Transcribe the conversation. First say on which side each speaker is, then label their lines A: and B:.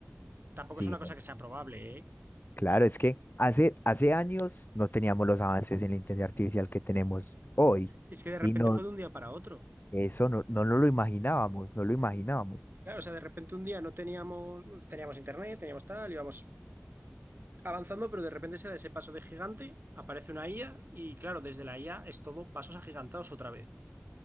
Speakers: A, on the right; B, on the left.
A: Tampoco
B: sí,
A: es una cosa
B: ¿no?
A: que sea probable, ¿eh?
B: Claro, es que hace, hace años no teníamos los avances en la inteligencia artificial que tenemos hoy
A: Es que de repente
B: y no,
A: fue de un día para otro.
B: eso no, no nos lo imaginábamos, no lo imaginábamos
A: Claro, o sea, de repente un día no teníamos, pues, teníamos internet, teníamos tal, íbamos avanzando, pero de repente se da ese paso de gigante, aparece una IA y claro, desde la IA es todo pasos agigantados otra vez.